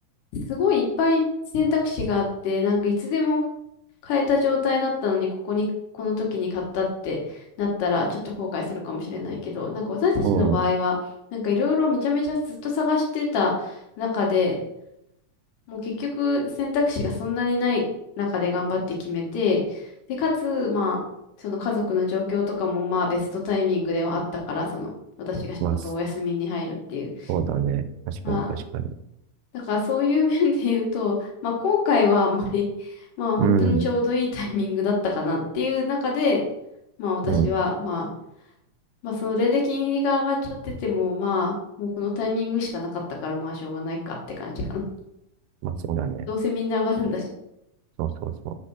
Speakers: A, on the left; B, on the right.
A: すごいいっぱい選択肢があって、なんかいつでも変えた状態だったのに、ここに、この時に買ったってなったら、ちょっと後悔するかもしれないけど、なんか私たちの場合は、
B: う。
A: なんかいろいろめちゃめちゃずっと探してた中で、もう結局選択肢がそんなにない中で頑張って決めて、で、かつ、まあ、その家族の状況とかもまあベストタイミングではあったから、その私が仕事をお休みに入るっていう。
B: うん、まあ、そうだね。確かに確かに。
A: まあ、だからそういう面で言うと、まあ後悔はあんまり、<laughs> まあ本当にちょうどいいタイミングだったかなっていう中で、
B: うん、
A: まあ私は、
B: うん
A: まあ、まあそれで金利が上がっちゃってても、まあ、もうこのタイミングしかなかったから、まあしょうがないかって感じかな。
B: まあそうだね。
A: どうせみんな上がるんだし。
B: そうそうそ